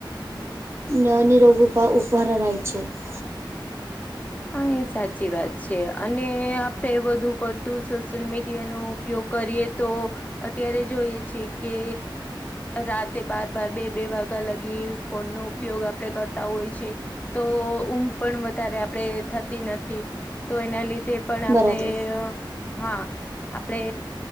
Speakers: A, on the right; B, on the left.
A: ન <unintelligible>
B: હા એ સાચી વાત છે અને આપડે બધું પડતું સોશિયલ મીડિયાનું ઉપયોગ કરીએ તો અત્યારે જોઈએ છે કે રાતે બાર બાર બે બે વાગ્યા લગી ફોન નો ઉપયોગ આપણે કરતા હોય છે તો ઊંઘ પણ વધારે આપ આપણેે થતી નથી તો એના લીધે પણ આપણે
A: બરાબર.
B: હા આપણે